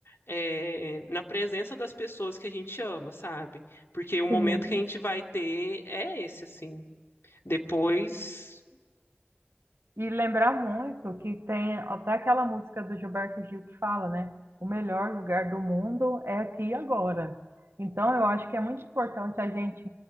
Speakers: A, on the left; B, on the right.
A: é, na presença das pessoas que a gente ama, sabe? Porque o momento
B: Sim,
A: que a gente vai ter é esse, assim. Depois.
B: E lembrar muito que tem até aquela música do Gilberto Gil que fala, né? O melhor lugar do mundo é aqui e agora. Então, eu acho que é muito importante a gente